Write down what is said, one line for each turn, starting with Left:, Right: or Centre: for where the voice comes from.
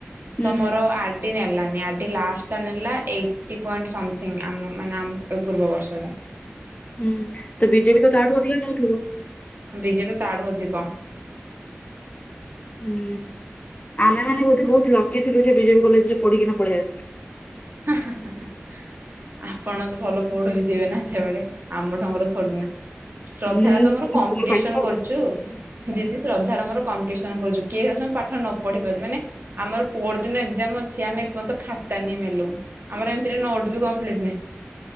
Left: ହୁଁ
Right: ତ
Left: ହୁଁ।
Right: ମର ଆର ଡି ନେଲାନି ଆର୍ ଡି ଲାଷ୍ଟଟା ନେଲା ଏଇଟି ପଏଣ୍ଟ ସମଥିଙ୍ଗ ଆମ ମାନେ ଆମ ଏ ପୂର୍ବବର୍ଷଟା।
Left: ହୁଁ ତ ବି ଜେ ବି ତା ଠୁ ଅଧିକ ନଉଥିବ।
Right: ବି ଜେ ବି ତା ଠୁ ଅଧିକ।
Left: ହୁଁ ଆମେ ମାନେ ବୋଧେ ବହୁତ ଲକି ଥିଲୁ ସେଇ ବି ଜେ ବି କଲେଜ ରେ ପଢିକିନା ପଳେଇ ଆସିଛୁ।
Right: <inaudible> ଆପଣ ତ ଭଲ ପଢୁ ବି ଥିବେ ନା ଏତେବେଳେ ଆମ ଢଙ୍ଗର ଥୋଡି ନା। ଶ୍ରଦ୍ଧାର
Left: ମୁଁ
Right: ତ ମୋର କମ୍ପିଟିସନ
Left: ଏତେ ଭଲ ପାଠ
Right: କରୁ ଚୁ ଯଦି ଶ୍ରଦ୍ଧାର ମୋର କମ୍ପିଟ୍ସନ କରୁଛୁ କିଏ ବେଶୀ ସ ପାଠ ନ ପଢି ପାରୁଚି ମାନେ ଆମର ପରଦିନ ଏକ୍ଜାମ ଅଛି ଆମେ ଏପର୍ଯ୍ୟନ୍ତ ଖାତା ନିି ମେଲୁ ଆମର ଏମିତିରେ ନୋଟ୍ ବି କମ୍ପ୍ଲିଟ ନାହିଁ।